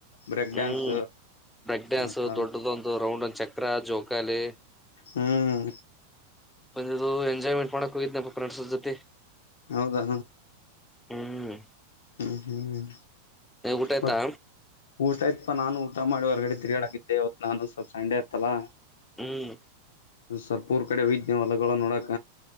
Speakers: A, on the left; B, in the centre.
A: ಬ್ರೇಕ್
B: ಹ್ಮ್
A: ಡ್ಯಾನ್ಸ್
B: ಬ್ರಕ್ ಡ್ಯಾನ್ಸ್
A: ಮತ್ತ
B: ದೊಡ್ಡದೊಂದು ರೌಂಡ್ದ ಚೆಕ್ ಜೋಕಾಲಿ
A: ಹ್ಮ್
B: ಬಂದಿದವಾ ಎಂಜಯ್ಮೆಂಟ್ ಮಾಡಕ ಕೊವಿಂದ ಫ್ರೈನ್ಡ್ಸ್ ಜೊತೆ
A: ಹೌದಾ
B: ಹ್ಮ್
A: ಹ್ಮ್ ಹ್ಮ್
B: ಊಟ ಆಯ್ತಾ
A: ಮತ್ತ ಊಟಯ್ತ್ಪಾ ನಾನು ಊಟ ಮಾಡಿ ಹೊರಗಡೆ ತಿರ್ಗ ಆಡತಿದ್ದೆ ಇವತ್ ನಾನು ಸ್ವಲ್ಪ ಸಂಡೆ ಇತ್ತಲ್ಲಾ
B: ಹ್ಮ್
A: ಸ್ವಲ್ಪ ಊರ್ ಕಡೆ ಹೋಗಿದನ್ ಹೊಲಗಳು ನೋಡಕ